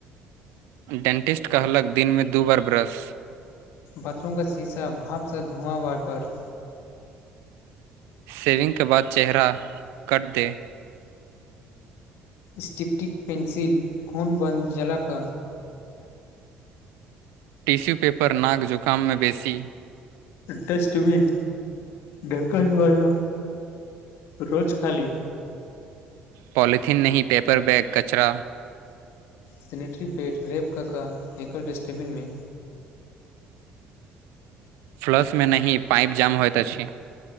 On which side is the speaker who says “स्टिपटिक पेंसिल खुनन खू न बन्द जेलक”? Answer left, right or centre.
Left